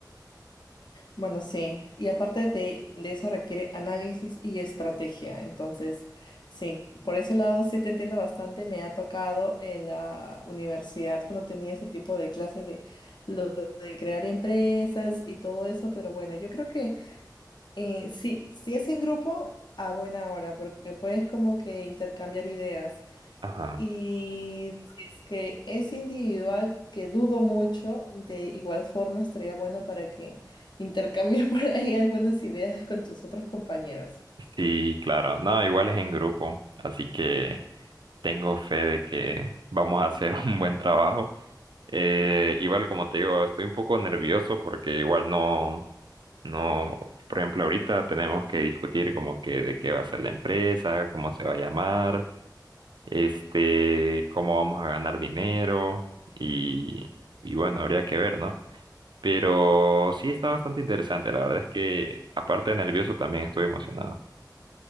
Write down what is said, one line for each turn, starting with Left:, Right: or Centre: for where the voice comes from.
Left: Bueno, sí. Y aparte de, de eso requiere análisis y estrategia. Entonces, sí, por ese lado sí te entiendo bastante. Me ha tocado en la universidad cuando tenía ese tipo de clases de lo de crear empresas y todo eso. Pero bueno, yo creo que eh, sí, si es en grupo, a buena hora, porque puedes como que intercambiar ideas.
Right: Ajá.
Left: Y si es que es individual, que dudo mucho, de igual forma estaría bueno para que intercambies <laughs> por ahí algunas ideas con tus otros compañeros.
Right: Sí, claro. No, igual es en grupo, así que tengo fe de que vamos a hacer <laughs> un buen trabajo. Eh, igual, como te digo, estoy un poco nervioso porque igual no, no, por ejemplo, ahorita tenemos que discutir como que de qué va a ser la empresa, cómo se va a llamar, este, cómo vamos a ganar dinero y, y bueno, habría que ver, ¿no? Pero sí está bastante interesante. La verdad es que, aparte de nervioso, también estoy emocionado.